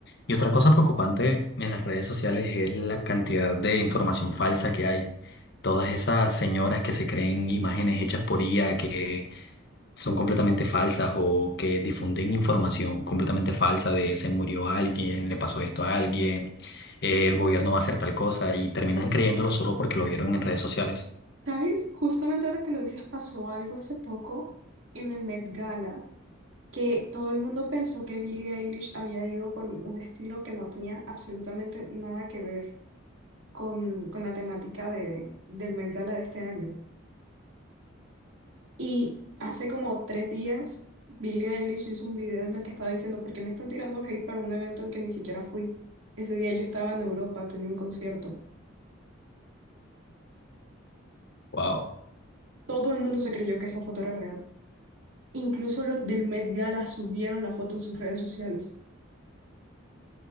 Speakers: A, on the left; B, on the right.
A: Y otra cosa preocupante en las redes sociales es la cantidad de información falsa que hay. Todas esas señoras que se creen imágenes hechas por I A, que son completamente falsas o que difunden información completamente falsa de se murió alguien, le pasó esto a alguien, eh, el gobierno va a hacer tal cosa y terminan creyéndolo solo porque lo vieron en redes sociales.
B: ¿Sabes? Justamente ahora que lo dices, pasó algo hace poco en el Met Gala, que todo el mundo pensó que Billie Eilish había ido con un estilo que no tenía absolutamente nada que ver con, con la temática de, del Met Gala de este año. Y hace como tres días, Billie Eilish hizo un video en el que estaba diciendo, ¿por qué me están tirando hate para un evento que ni siquiera fui? Ese día yo estaba en Europa, tenía un concierto.
A: Wow.
B: Todo el mundo se creyó que esa foto era real. Incluso los del Met Gala subieron la foto en sus redes sociales.